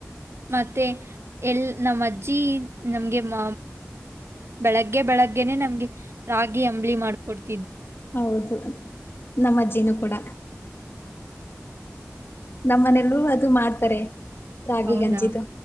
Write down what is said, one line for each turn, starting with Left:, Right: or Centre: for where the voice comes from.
Right: ಮತ್ತೆ ಎಲ್ ನಮ್ಮ್ ಅಜ್ಜಿ ನಮ್ಗೆ ಮ ಬೆಳಗ್ಗೆ ಬೆಳಗ್ಗೆನೆ ನಮ್ಗೆ ರಾಗಿ ಅಂಬ್ಲಿ ಮಾಡ್ಕೊಡ್ತಿತ್ತು
Left: ಹೌದು ನಮ್ಮಜ್ಜಿನು ಕೂಡ ನಮ್ಮನೆಲ್ಲೂ ಅದು ಮಾಡ್ತಾರೆ ರಾಗಿ
Right: ಹೌದಾ
Left: ಗಂಜಿದು